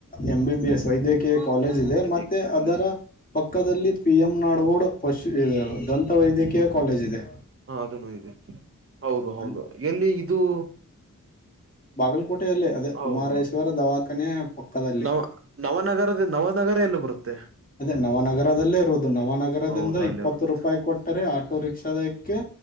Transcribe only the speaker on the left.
ಎಮ್, ಬಿ ಬಿ ಎಸ್ ವೈದ್ಯಕೀಯ ಕಾಲೇಜ್ ಇದೆ.
ಮತ್ತು
ಅದರ ಪಕ್ಕದಲ್ಲಿ ಪಿ ಎಮ್ ನಾಡಗೋಡ್ ಪಶು, ದಂತ ವೈದ್ಯಕೀಯ ಕಾಲೇಜ್ ಇದೆ.
ಅಲ್ಲಿ
ಬಾಗಲಕೋಟೆಯಲ್ಲಿ ಅದೇ
ಕುಮಾರೇಶ್ವರ ದವಾಖಾನೆ ಪಕ್ಕದಲ್ಲಿ.
ಅದೇ ನವನಗರದಲ್ಲೇ ಇರುವುದು ನವನಗರದಿಂದ
ಇಪ್ಪತ್ತು
ರೂಪಾಯಿ ಕೊಟ್ಟರೆ ಆಟೋ ರಿಕ್ಷಕ್ಕೆ